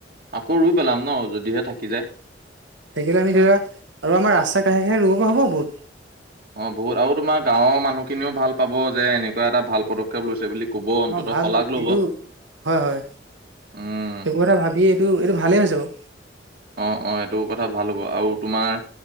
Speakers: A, on the right (about 55°); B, on the right (about 85°).
A: আকৌ ৰুই পেলাম ন যদিহে থাকি যায়
B: সেইকাৰে আমি ধৰা আৰু আমাৰ ৰাস্তা কাষে, কাষে ৰুব পৰা হ'ব বহুত
A: অ' বহুত আৰু তোমাৰ গাঁৱৰ মানুহখিনিও ভাল পাব, যে এনেকোৱা এটা ভাল পদক্ষেপ লৈছে বুলি কব অন্তত
B: অ ভাল
A: শলাগ লব
B: এইটো হয় হয়
A: উম
B: এইবোৰ কথা ভাবি এইটো, এইটো ভালেই হৈছে বাৰু
A: অ অ এইটো কথা ভাল হ'ব আৰু তোমাৰ